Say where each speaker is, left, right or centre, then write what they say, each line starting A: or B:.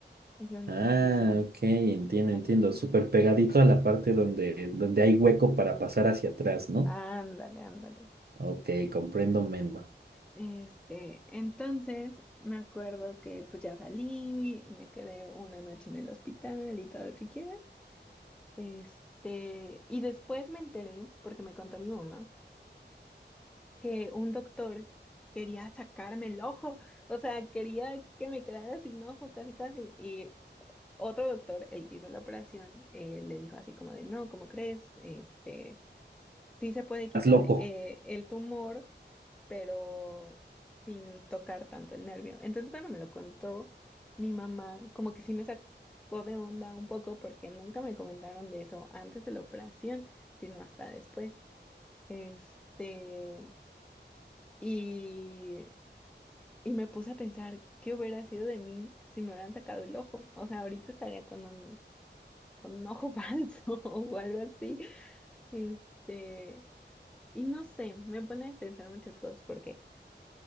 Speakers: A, in the centre; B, on the right.
A: me Hicieron
B: Ah,
A: una incisión.
B: ok, entiendo,
A: En-
B: entiendo. Súper pegadito a la parte donde, donde hay hueco para pasar hacia atrás, ¿no?
A: ándale, ándale.
B: Ok, comprendo, Mendo.
A: Este, entonces me acuerdo que pues ya salí, me quedé una noche en el hospital y todo lo que quieras. Este, y después me enteré, porque me contó mi mamá, que un doctor quería sacarme el ojo, o sea, quería que me quedara sin ojo, casi, casi, y otro doctor, el que hizo la operación, eh, le dijo así como de, no, ¿cómo crees? Este, sí se puede
B: Estás
A: quitar
B: loco.
A: eh, el tumor, pero sin tocar tanto el nervio. Entonces, cuando me lo contó mi mamá, como que sí me sacó de onda un poco porque nunca me comentaron de eso antes de la operación, sino hasta después. Este, y, y me puse a pensar qué hubiera sido de mí si me hubieran sacado el ojo. O sea, ahorita estaría con un con un ojo <laughs> falso o algo así. Este, y no sé, me pone a pensar muchas cosas porque